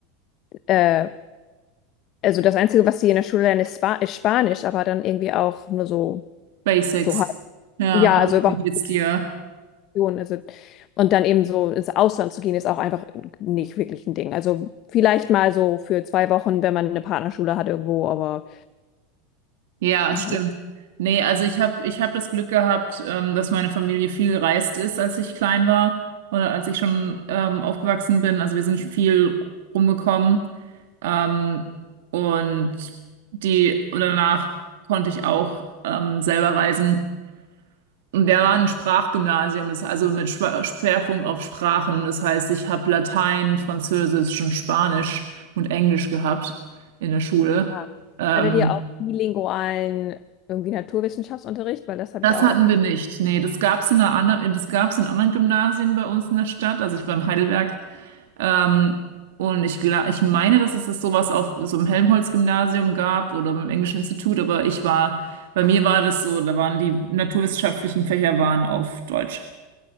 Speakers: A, on the left (about 45°); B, on the right (about 75°).
A: äh, also das Einzige, was sie in der Schule lernen, ist, Spa ist Spanisch, aber dann irgendwie auch nur so,
B: Basics.
A: so halb.
B: Ja,
A: Ja,
B: hallo,
A: also überhaupt.
B: wie geht's dir?
A: Option, Also, und dann eben so ins Ausland zu gehen, ist auch einfach nicht wirklich ein Ding. Also vielleicht mal so für zwei Wochen, wenn man eine Partnerschule hat irgendwo, aber
B: Ja,
A: ja.
B: es
A: Und
B: stimmt. Nee, also ich habe ich hab das Glück gehabt, ähm, dass meine Familie viel gereist ist, als ich klein war oder als ich schon ähm, aufgewachsen bin. Also wir sind viel rumgekommen. Ähm, und die und danach konnte ich auch ähm, selber reisen. Und der war ein Sprachgymnasium, das also mit Schwa- Schwerpunkt auf Sprachen. Das heißt, ich habe Latein, Französisch und Spanisch und Englisch gehabt in der Schule.
A: da
B: Ähm,
A: Hattet ihr auch bilingualen irgendwie Naturwissenschaftsunterricht? Weil das habe
B: Das
A: ich auch
B: hatten
A: oft
B: wir
A: gesehen.
B: nicht. Nee, das gab's in einer anderen, das gab's in anderen Gymnasien bei uns in der Stadt. Also ich war in Heidelberg. Ähm, und ich, gla- ich meine, dass es das sowas auf so einem Helmholtz-Gymnasium gab oder beim Englischen Institut, aber ich war, bei mir war das so, da waren die naturwissenschaftlichen Fächer waren auf Deutsch.